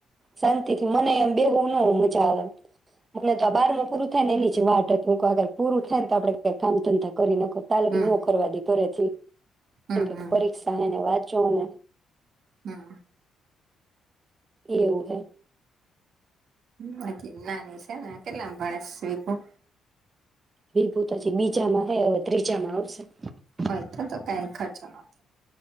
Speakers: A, on the right; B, on the right.
A: શાંતિ થી મને એમ બેગ ન મજા આવે <unintelligible> આપને દબાર મોકરું <unintelligible> ને એનીચ વાત હતું આગર પૂરું થાય તો આપડે <unintelligible> કામ ધંધા કરી નાખ તાલગી
B: હમ
A: ન કરવા દ કરે છે.
B: હમ
A: કેમ કે
B: હમ
A: પરીક્ષાને વાત <unintelligible> ચોને
B: હમ
A: એવું હૈ
B: બાકી નાની છે ને કેટલામ ભણે સ્પું <unintelligible>
A: વિભૂતજી બીજામાં હે <unintelligible> ત્રીજામાં આવશે <unintelligible>
B: થ તો કંઈ ખર્ચો ન થાય.